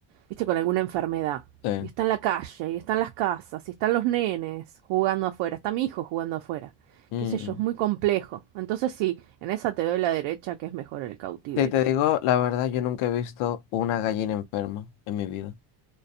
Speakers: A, on the right; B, on the left.
A: viste, con alguna enfermedad.
B: sí.
A: Y está en la calle, y está en las casas, y están los nenes jugando afuera, está mi hijo jugando afuera.
B: Mm.
A: Qué sé yo, es muy complejo. Entonces sí, en esa te doy la derecha que es mejor el cautiverio.
B: Si te digo la verdad, yo nunca he visto una gallina enferma en mi vida.